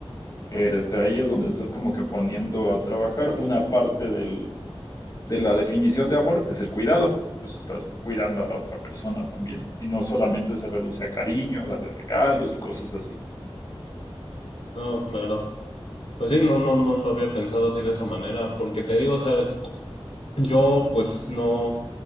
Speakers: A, on the left; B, on the left.
A: Este, ahí es donde estás como que poniendo a trabajar una parte del, de la definición de amor, que es el cuidado. Pues estás cuidando a la otra persona también. Y no solamente se reduce a cariño, a darle regalos y cosas así.
B: Oh, claro. Pues sí, no, no, no lo había pensado así de esa manera, porque te digo, o sea, Yo pues no